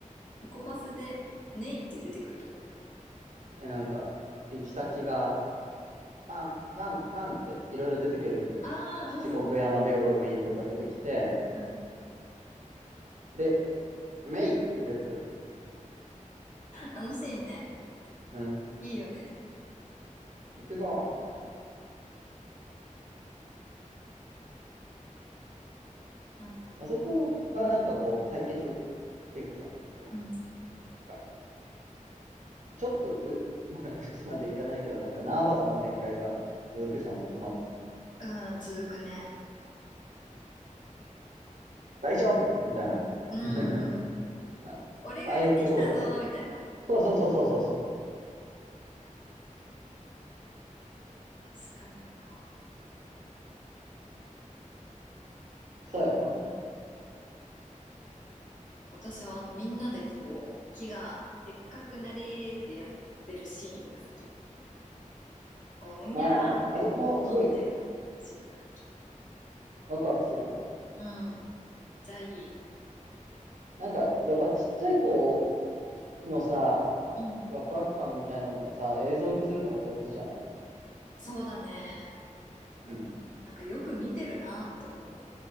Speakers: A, on the left; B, on the right.
A: エコバスでネイって出てくるとこ。
B: え、なんか、行き先が、パン、パン、パンっていろいろ出てくるんだよ。
A: ああ、
B: 七国山病院とか出てきて、
A: うん。うん。
B: で、メイって出てくる。
A: あのシーンね。
B: うん。
A: いいよね。
B: 行くぞみたいな。
A: まず、
B: まあそこがなんかこう、
A: もう、うん、
B: 解決っていうかさ、そ
A: うん、
B: う、なんかちょっとう、<laughs> ま打つまでいかないけど、なんかナーバスな展開が続くじゃん、そこまで。
A: うん続くね。
B: 大丈夫みたいな。<laughs>
A: うん、うん。
B: あ、
A: 俺がやってきたぞーみたいなね。
B: ああいうところが好き。そうそうそうそうそうそう。
A: 確かにな。
B: 最後は
A: 私はあのみんなでこう木がでっかくなれーってやってるシーンが好き。こう、うにゃーってこう伸びてるシーンが好き。
B: なあ、あそこもすごいワクワクするよね。
A: うん。めっちゃいい。
B: なんか、やっぱちっちゃい子のさ、
A: うん。
B: ワクワク感みたいなのをさ、映像にするのが上手じゃない
A: そうだね。
B: うん。
A: なんかよく見てるなーって思う。